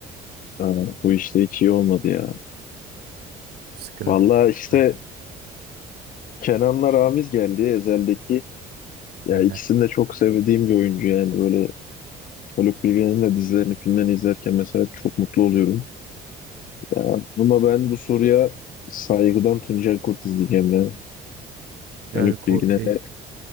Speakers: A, on the left; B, on the right.
A: Aa, bu işte hiç iyi olmadı ya.
B: Sıkıntı.
A: Vallahi
B: çekme.
A: işte Kenan'la Ramiz geldi Ezel'deki. Ya
B: Aynen.
A: ikisini de çok sevdiğim bir oyuncu yani böyle Haluk Bilginer'in de dizilerini, filmlerini izlerken mesela çok mutlu oluyorum. Ya, ama ben bu soruya saygıdan Tuncel Kurt izleyeceğim ya.
B: Tuncel
A: Haluk
B: Kurtiz
A: Bilginer'e.